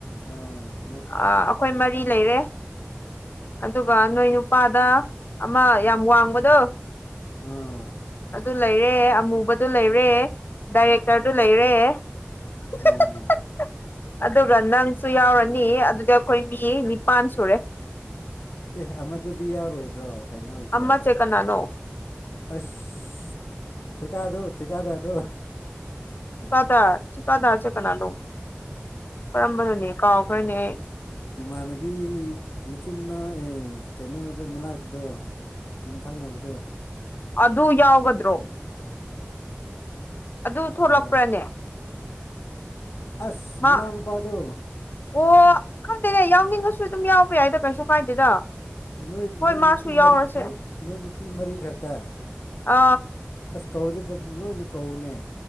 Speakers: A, on the left (about 80°); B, on the left (about 55°).
A: ꯑꯪ
B: ꯑꯩꯈꯣꯏ ꯃꯔꯤ ꯂꯩꯔꯦ ꯑꯗꯨꯒ ꯅꯣꯏ ꯅꯨꯄꯥꯗ ꯑꯃ ꯌꯥꯝ ꯋꯥꯡꯕꯗꯣ
A: ꯑꯥ
B: ꯑꯗꯨ ꯂꯩꯔꯦ ꯑꯃꯨꯕ ꯑꯘꯨ ꯂꯩꯔꯦ ꯗꯥꯏꯔꯦꯛꯇꯔꯗꯨ ꯂꯩꯔꯦ <unintelligible>
A: ꯎꯝ
B: ꯑꯗꯨꯒ ꯅꯪꯁꯨ ꯌꯥꯎꯔꯅꯤ ꯑꯗꯨꯗꯤ ꯑꯩꯈꯣꯏ ꯃꯤ ꯅꯤꯄꯥꯟ ꯁꯨꯔꯦ
A: ꯑꯦ ꯑꯃꯗꯨꯗꯤ ꯌꯥꯔꯣꯏꯗ꯭ꯔꯣ ꯀꯩꯅꯣꯗꯣ
B: ꯑꯃꯁꯦ ꯀꯅꯥꯅꯣ
A: ꯑꯁ ꯊꯤꯀꯥꯗꯨ ꯊꯤꯀꯥꯘ꯭ꯔꯘꯨ
B: ꯆꯤꯀꯥꯗꯥꯔ ꯆꯤꯀꯥꯗꯥꯔꯁꯦ ꯀꯅꯥꯅꯣ ꯀꯔꯝꯕꯅꯣꯅꯦ ꯀꯥꯎꯈ꯭ꯔꯦꯅꯦ
A: ꯅꯃꯥꯟꯅꯕꯤ ꯃꯆꯤꯟ ꯃꯅꯥꯎ ꯑꯦ ꯀꯩꯅꯣꯗ ꯃꯅꯥꯛꯀꯤꯗꯣ ꯌꯨꯝꯊꯪꯅꯕꯗꯣ
B: ꯑꯗꯨ ꯑꯗꯨ ꯌꯥꯎꯒꯗ꯭ꯔꯣ ꯑꯗꯨ ꯊꯣꯛꯂꯛꯄ꯭ꯔꯅꯦ
A: ꯑꯥ ꯑꯁ
B: ꯃꯥ
A: ꯃꯅꯧ ꯅꯨ ꯄꯥꯗꯣ
B: ꯑꯣ ꯈꯪꯗꯦꯅꯦ ꯌꯥꯎꯅꯤꯡꯉꯁꯨ ꯑꯗꯨꯝ ꯌꯥꯎꯕ ꯌꯥꯏꯗꯣ ꯀꯩꯁꯨ ꯀꯥꯏꯗꯦꯗ
A: ꯅꯣꯏ
B: ꯍꯣꯏ
A: ꯅꯣꯏ
B: ꯃꯥꯁꯨ
A: ꯅꯨꯄꯤ
B: ꯌꯥꯎꯔꯁꯦ
A: ꯃꯔꯤ ꯅꯣꯏ ꯅꯨꯄꯤ ꯃꯔꯤꯈꯛꯇ
B: ꯑ
A: ꯑꯁ ꯀꯧꯘꯤ ꯂꯣꯏꯅ ꯀꯧꯅꯦ